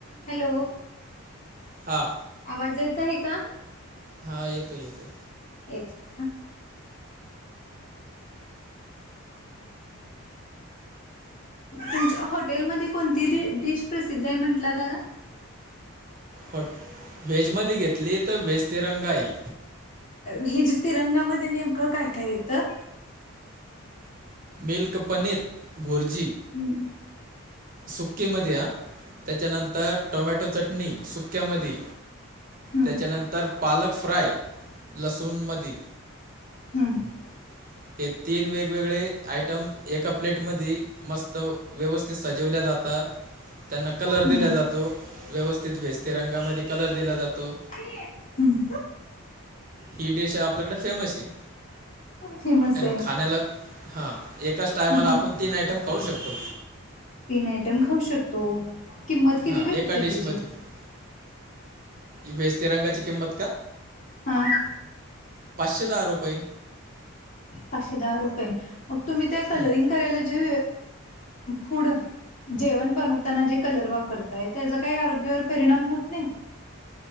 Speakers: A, on the left; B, on the right.
A: Hello
B: हां
A: आवाज येत आहे का?
B: हा येतोय येतोय.
A: येत. का तुमच्या हॉटेलमध्ये कोणती डिश प्रसिद्ध आहे म्हंटला दादा.
B: हॉट व्हेजमध्ये घेतली तर व्हेज तिरंगा ही.
A: हे जे तिरंगामध्ये नेमकं काय काय येत?
B: मिल्क पनीर भूर्जी.
A: हम्म.
B: सुक्कीमध्ये हा त्याच्यानंतर टोमॅटो चटणी सुक्यामध्ये.
A: हम्म
B: त्याच्यानंतर पालक फ्राय लसूणमधी.
A: हम्म.
B: <inaudible> हे तीन वेगवेगळे आयटम एका प्लेट मधी मस्त व्यवस्थित सा ठेवल्या जाता. त्यांना कलर
A: हम्म
B: दिला जातो व्यवस्थित व्हेज तिरंगामध्ये कलर दिला जातो.
A: हम्म.
B: ही डिश आपल्याकडे फेमस आहे.
A: फेमस
B: अन
A: आहे
B: खाण्याला हा एकाच टायमाला
A: हा
B: आपण तीन आयटम खाऊ शकतो.
A: तीन आयटम खाऊ शकतो किंमत
B: हां
A: किती भेटते
B: एका डिशमध्ये
A: तीजी?
B: व्हेज तीरंगाची किंमत का
A: हां.
B: पाचशे दहा रुपये.
A: पाचशे दहा रुपये मग, तुम्ही ते
B: हं.
A: कलरिंग करायला जे फूड जेवण बनवताना जे कलर वापरत ताही त्याजा काही आरोग्यावर परिणाम होत नाही.